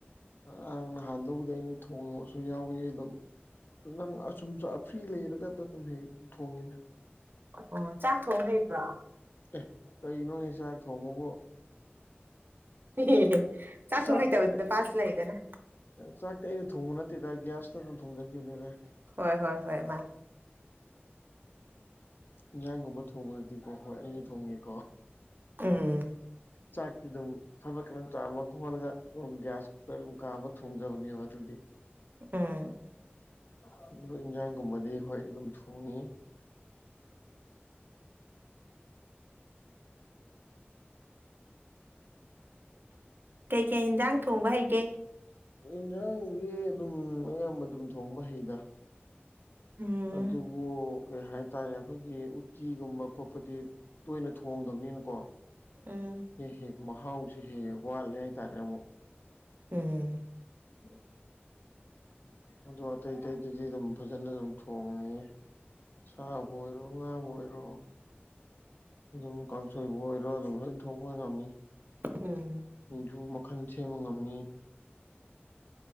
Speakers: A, on the left; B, on the right.
A: ꯉꯔꯥꯡ ꯅꯍꯥꯟꯗꯧꯕꯨꯗ ꯑꯩꯅ ꯊꯣꯡꯕꯁꯨ ꯌꯥꯎꯏ ꯑꯗꯨꯝ ꯅꯪ ꯑꯁꯨꯝꯁꯨ ꯑꯐ꯭ꯔꯤ ꯂꯩꯔꯒꯗ ꯑꯗꯨꯝ ꯍꯦꯛ ꯊꯣꯡꯉꯤꯗꯥ
B: ꯑꫭ ꯆꯥꯛ ꯊꯣꯡ ꯍꯩꯕ꯭ꯔꯥ
A: ꯑꯦ ꯀꯩꯅꯣ ꯍ‌ꯦ ꯆꯥꯛ ꯊꯣꯡꯕꯕꯨ
B: ꯍ ꯆꯥꯛ
A: ꯆꯥꯛꯇꯤ
B: ꯊꯣꯡꯉꯩꯇꯕ
A: ꯑꯩꯅ
B: ꯅꯨꯄꯁꯨ ꯂꯩꯗꯅ
A: ꯆꯥꯛꯇꯤ ꯑꯩꯅ ꯊꯣꯡꯕ ꯅꯠꯇꯦꯗ ꯒ꯭ꯌꯥꯁꯇ ꯑꯗꯨꯝ ꯊꯣꯡꯖꯈꯤꯕꯅꯤꯗ
B: ꯍꯣꯏ ꯍꯣꯏ ꯍꯣꯏ ꯃꯥꯅꯦ
A: ꯏꯟꯖꯥꯡꯒꯨꯝꯕ ꯊꯣꯡꯉꯛꯑꯗꯤ ꯑꯣ ꯍꯣꯏ ꯑꯩꯅ ꯊꯣꯡꯉꯦꯀꯣ
B: ꯎꯝ
A: ꯆꯥꯛꯇꯤ ꯑꯗꯨꯝ ꯐꯕꯠ ꯀꯩꯅꯣ ꯆꯥꯝꯃꯒ ꯈꯣꯜꯂꯒ ꯑꯗꯨꯝ ꯒ꯭ꯌꯥꯁꯇ ꯑꯗꯨꯝ ꯀꯥꯝꯕ ꯊꯣꯡꯖꯕꯅꯦꯕ ꯑꯗꯨꯗꯤ
B: ꯎꯝ
A: ꯑꯗꯨꯕꯨ ꯏꯟꯁꯥꯡꯒꯨꯝꯕꯗꯤ ꯍꯣꯏ ꯑꯗꯨꯝ ꯊꯣꯡꯉꯤ
B: ꯀꯩꯀꯩ ꯏꯟꯁꯥꯡ ꯊꯣꯡꯕ ꯍꯩꯒꯦ
A: ꯏꯟꯁꯥꯡꯗꯤ ꯑꯗꯨꯝ ꯑꯌꯥꯝꯕ ꯑꯗꯨꯝ ꯊꯣꯡꯕ ꯍꯩꯗ
B: ꯎꯝ
A: ꯑꯗꯨꯕꯨ ꯀꯩ ꯍꯥꯏ ꯇꯥꯏꯔꯦ ꯑꯩꯈꯣꯏꯒꯤ ꯎꯇꯤꯒꯨꯝꯕ ꯈꯣꯠꯄꯗꯤ ꯇꯣꯏꯅ ꯊꯣꯡꯗꯕꯅꯤꯅꯀꯣ
B: ꯎꯝ
A: ꯍꯦꯛ ꯍꯦꯛ ꯃꯍꯥꯎꯁꯦ ꯍꯦꯛ ꯍꯦꯛ ꯋꯥꯠꯂꯦ ꯍꯥꯏꯇꯥꯔꯦ ꯑꯃꯨꯛ
B: ꯎꯝ
A: ꯎꯝ ꯑꯇꯩ ꯑꯇꯩ ꯑꯇꯩꯗꯗꯤ ꯑꯗꯨꯝ ꯐꯖꯅ ꯑꯗꯨꯝ ꯊꯣꯡꯉꯤ ꯁꯥꯕꯨ ꯑꯣꯏꯔꯣ ꯉꯥꯕꯨ ꯑꯣꯏꯔꯣ ꯑꯗꯨꯝ ꯀꯥꯡꯁꯣꯏꯕꯨ ꯑꯣꯏꯔꯣ ꯑꯗꯨꯝ ꯂꯣꯏ ꯊꯣꯡ ꯃꯣꯏꯉꯝꯃꯤ
B: ꯎꯝ
A: ꯁꯤꯡꯖꯨ ꯃꯈꯜ ꯁꯦꯝꯕ ꯉꯝꯃꯤ